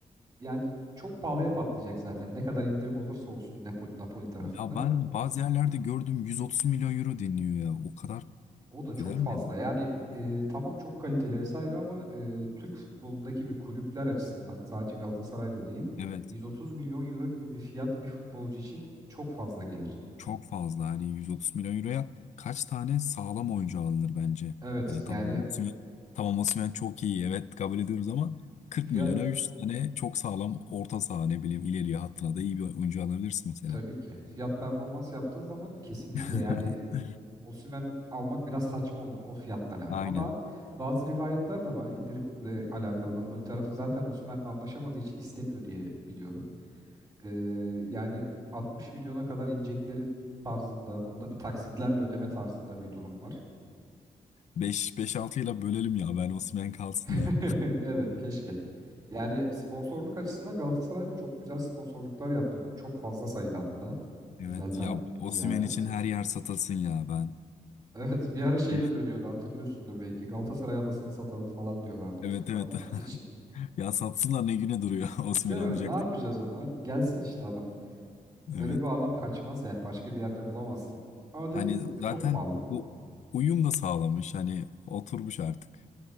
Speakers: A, on the right; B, on the left.
A: yani çok pahalıya patlayacak zaten. Ne kadar indirim olursa olsun Napo- Napoli tarafından.
B: Ya ben bazı yerlerde gördüm 130 milyon euro deniyor ya. O kadar
A: O da çok
B: eder
A: fazla.
B: mi?
A: Yani e, tamam çok kaliteli vesaire ama e, Türk futbolundaki bir kulüpler açısından sadece Galatasaray'da değil
B: Evet.
A: 130 milyon euro gibi bir fiyat bir futbolcu için çok fazla gelir.
B: Çok fazla hani 130 milyon euroya kaç tane sağlam oyuncu alınır bence?
A: Evet
B: Hani
A: yani
B: tamam Osimhen, tamam Osimhen çok iyi evet kabul ediyoruz ama 40
A: fiyat
B: milyona 3 tane çok sağlam orta saha ne bileyim ileriye hattına da iyi bir oyuncu alabilirsin mesela.
A: tabii ki. Fiyat performans yaptığın zaman kesinlikle
B: <laughs>
A: yani Osimhen almak biraz saçma olur o fiyatlara.
B: Aynen.
A: Ama bazı rivayetler de var indirimle alakalı. Napoli tarafı zaten Osimhen'le anlaşamadığı için istemiyor diye biliyorum. Ee, yani 60 milyona kadar inecekleri tarzında, bunda bir taksitlerle ödeme tarzında bir durum var.
B: 5-5-6 ile bölelim ya ben Osimhen kalsın
A: <laughs>
B: da.
A: Evet, keşke. Yani sponsorluk açısından Galatasaray da çok güzel sponsorluklar yaptı. Çok fazla sayıda hatta.
B: Evet
A: Güzelden
B: ya Osimhen
A: ziyade.
B: için
A: <laughs>
B: her yer satılsın ya ben.
A: Evet, bir ara şey
B: <laughs>
A: de dönüyordu hatırlıyorsundur belki. Galatasaray adasını satalım falan diyorlardı Osimhen
B: Evet evet.
A: almak için.
B: <laughs> Ya satsınlar ne güne duruyor <laughs> Osimhen
A: Değil
B: almayacaktık.
A: mi? Ne yapacağız ona? Gelsin işte adam. Böyle
B: Evet.
A: bir adam kaçmaz yani başka bir yerde bulamazsın. Ama
B: Hani
A: dediğimiz gibi
B: zaten
A: çok pahalı.
B: bu uyum da sağlamış. Hani oturmuş artık.